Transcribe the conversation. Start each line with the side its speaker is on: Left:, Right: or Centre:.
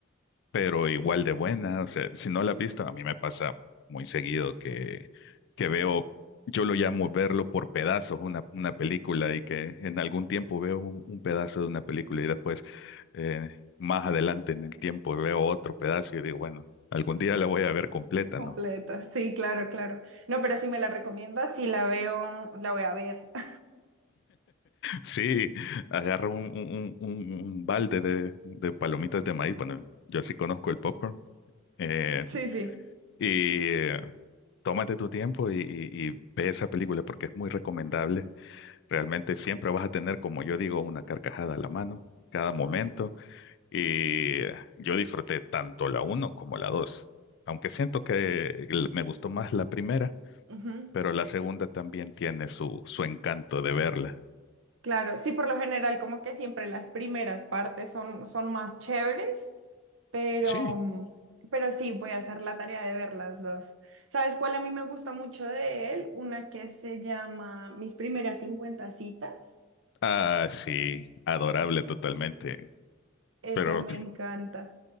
Left: pero igual de buena. O sea, si no la has visto, a mí me pasa muy seguido que, que veo, yo lo llamo verlo por pedazos, una, una película y que en algún tiempo veo un, un pedazo de una película y después eh, más adelante en el tiempo veo otro pedazo y digo, bueno, algún día la voy a ver completa,
Right: Completa,
Left: ¿no?
Right: sí, claro, claro. No, pero si me la recomiendas, si la veo, la voy a ver. <laughs>
Left: Sí, agarro un, un- un- un balde de, de palomitas de maíz. Bueno, yo sí conozco el popcorn. eh,
Right: Sí, sí.
Left: y eh, tómate tu tiempo y, y- y ve esa película porque es muy recomendable. Realmente siempre vas a tener, como yo digo, una carcajada a la mano, cada momento. Y eh, yo disfruté tanto la uno como la dos. Aunque siento que el- me gustó más la primera,
Right: Ujú.
Left: pero la segunda también tiene su, su encanto de verla.
Right: Claro, sí, por lo general, como que siempre las primeras partes son, son más chéveres, pero,
Left: Sí.
Right: mm, pero sí, voy a hacer la tarea de ver las dos. ¿Sabes cuál a mí me gusta mucho de él? Una que se llama Mis primeras 50 citas.
Left: Ah, sí, adorable totalmente.
Right: Esa
Left: Pero
Right: me encanta.